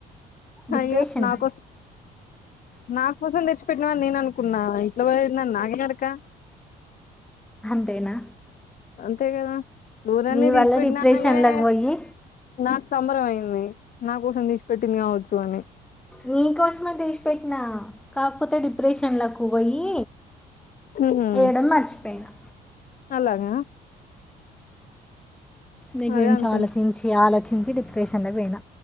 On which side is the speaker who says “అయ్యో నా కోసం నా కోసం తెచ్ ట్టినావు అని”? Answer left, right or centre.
Left